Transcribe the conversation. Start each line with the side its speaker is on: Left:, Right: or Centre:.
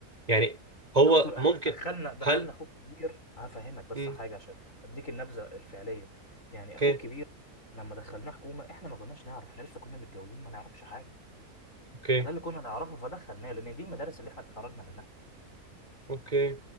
Right: يعني هو
Left: يا دكتور
Right: ممكن
Left: أح... دخلنا دخلنا
Right: هل
Left: اخوك كبير هفهمك بس
Right: مم،
Left: حاجه عشان اديك النبذه الفعليه يعني
Right: اوكي
Left: اخوك كبير لما دخلناه حكومه احنا ما كناش نعرف احنا لسه كنا متجوزين ما نعرفش حاجه
Right: اوكي
Left: فده اللي كنا نعرفه فدخلناه لان دي المدارس اللي احنا اتخرجنا منها
Right: اوكي